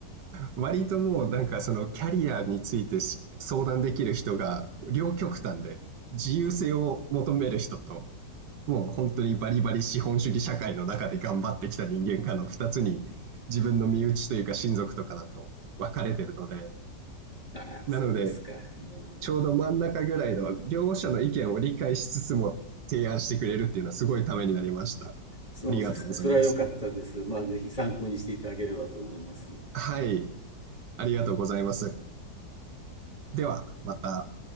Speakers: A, on the right; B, on the left.
A: 割ともう、なんか、その、キャリアについてし相談できる人が、両極端で、自由性を求める人と、もう本当にバリバリ資本主義社会の中で頑張ってきた人間かの2つに、自分の身内というか親族とかだと分かれてるので、
B: ああ、
A: なので、
B: そうですか。うん、
A: ちょうど真ん中ぐらいの両者の意見を理解しつつも提案してくれるっていうのはすごいためになりました。
B: そうですか。
A: ありがとうございます。
B: それは良かったです。まあ、ぜひ参考にしていただければと思います。
A: はい、ありがとうございます。では、また。